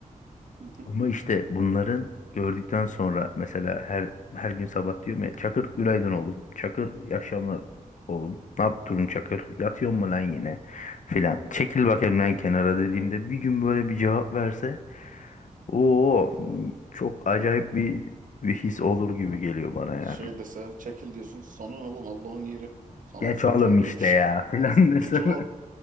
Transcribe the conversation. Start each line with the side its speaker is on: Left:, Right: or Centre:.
Right: hı hı.
Left: Ama işte bunların gördükten sonra mesela her her gün sabah diyorum ya Çakır günaydın oğlum. Çakır iyi akşamlar oğlum. Ne yaptın Çakır? Yatıyor mu lan yine? Filan. Çekil bak elimden kenara dediğimde bir gün böyle bir cevap verse o çok acayip bir, bir his olur gibi geliyor bana yani.
Right: Şey dese çekil diyorsun. Sana ne oğlum Allah'ın yeri. Sana
Left: Geç
Right: mı soracağım
Left: oğlum
Right: diyormuş.
Left: işte ya filan
Right: <laughs>
Left: desem.
Right: Geç ulan.
Left: <laughs>